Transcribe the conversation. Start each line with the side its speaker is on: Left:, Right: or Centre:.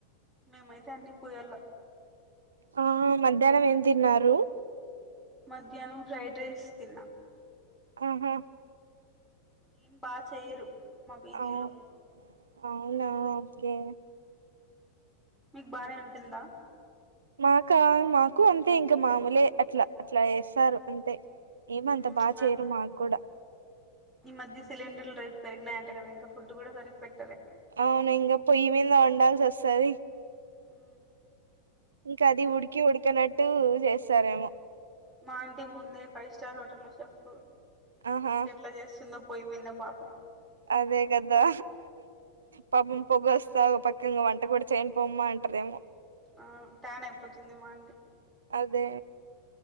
Centre: మేమైతే అన్ని పూయల్ల
Right: ఆ మధ్యాహ్నం ఏం తిన్నారు
Centre: మధ్యాహ్నం ఫ్రైడ్ రైస్ తిన్నా
Right: ఆహా
Centre: ఏం బాగ్ చేయరు మా పిజీలో
Right: అవు అవునా ఓకే
Centre: మీకు బానే ఉంటుందా
Right: మాకా మాకు అంతే ఇంకా మామూలే అట్లా అట్లా చేస్తారు అంతే ఏమంత
Centre: మ్
Right: బాగా చేయరు మాకు కూడా
Centre: ఈ మధ్య సిలిండర్లు రేట్ పెరిగాయంట కదా ఇంకా ఫుడ్ కూడా పెరిగ్ పెర్
Right: అవును ఇంగ పొయ్యిమింద వం వండాల్సి వస్తది
Centre: ఊ
Right: ఇంకా అది ఉడికి ఉడికినట్టు చేస్తారేమో
Centre: మా ఆంటీ ముందే ఫైవ్ స్టార్ హోటల్ లో చెఫ్
Right: ఆహా
Centre: ఎట్ల చేస్తుందో పోయి మీద పాపం
Right: అదే కదా పాపం పొగొస్తా ఒక పక్క ఇంగ వంట కూడా చేయనుపోమ్మా అంటారేమో
Centre: ఆ ట్యాన్ అయిపోతుంది మా ఆంటి
Right: అదే